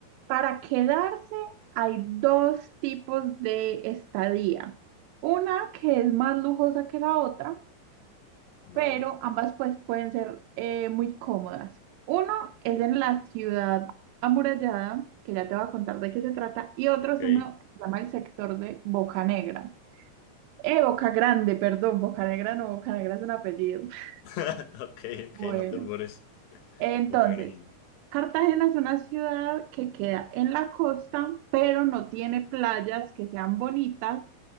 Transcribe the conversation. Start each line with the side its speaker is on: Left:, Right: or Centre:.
Right: para quedarse hay dos tipos de estadía. Una que es más lujosa que la otra
Left: vale.
Right: pero ambas pues pueden ser eh, muy cómodas. Uno es en la ciudad amurallada, que ya te voy a contar de qué se trata, y otro
Left: Ok,
Right: es uno que se llama el sector de Boca Negra. Eh, Boca Grande, perdón, Boca Negra no, Boca Negra es un apellido. <laughs>
Left: <laughs> ok, ok,
Right: Bueno,
Left: no te borres.
Right: entonces,
Left: Boca Grande.
Right: Cartagena es una ciudad que queda en la costa, pero no tiene playas que sean bonitas